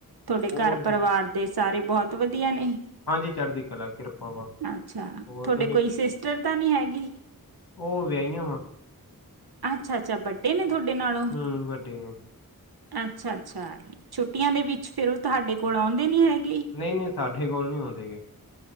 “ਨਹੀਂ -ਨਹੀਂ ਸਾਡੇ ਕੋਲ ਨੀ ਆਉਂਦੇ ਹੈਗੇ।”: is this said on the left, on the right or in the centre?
Left